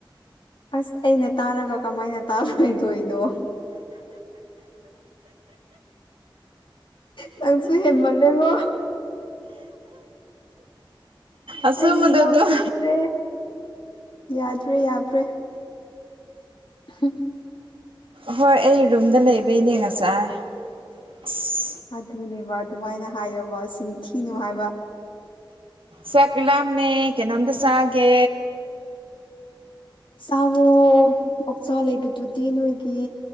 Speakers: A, on the left; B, on the right.
A: ꯑꯁ ꯑꯩꯅ ꯇꯥꯔꯒ ꯀꯃꯥꯏꯅ ꯇꯥꯔꯣꯏꯣꯏꯗꯣꯏꯅꯣ ꯅꯪꯁꯨ ꯍꯃꯜꯂꯦꯉꯣ
B: ꯑꯆꯨꯝꯕꯗꯣ
A: ꯑꯩꯒꯤ ꯏꯅꯥꯎꯄꯤꯁꯦ
B: ꯑꯗꯨꯝ
A: ꯌꯥꯗ꯭ꯔꯦ ꯌꯥꯗ꯭ꯔꯦ ꯎꯝ
B: ꯍꯣꯏ ꯑꯩ ꯔꯨꯝꯗ ꯂꯩꯕꯩꯅꯦ ꯉꯁꯥꯏ ꯑꯁ
A: ꯑꯗꯨꯅꯦꯕ ꯑꯗꯨꯃꯥꯏꯅ ꯍꯥꯏꯌꯕ ꯆꯤꯟꯊꯤꯅꯨ ꯍꯥꯏꯕ
B: ꯆꯛꯂꯝꯃꯦ ꯀꯩꯅꯣꯝꯇ ꯆꯥꯒꯦ
A: ꯁꯥꯋ ꯑꯣꯛꯆꯥꯥ ꯂꯩꯕꯗꯨꯗꯤ ꯅꯣꯏꯒꯤ